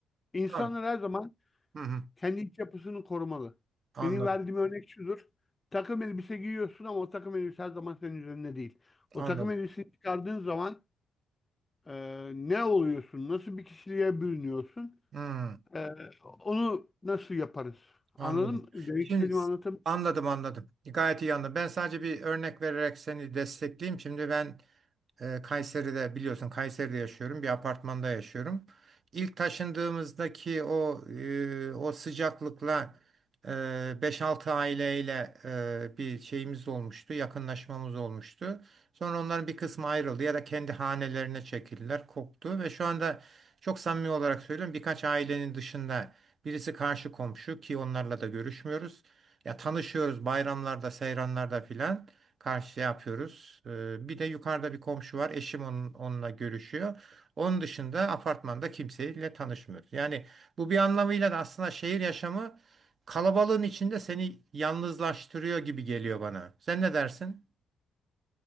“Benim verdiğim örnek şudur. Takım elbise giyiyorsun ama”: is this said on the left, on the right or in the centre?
Left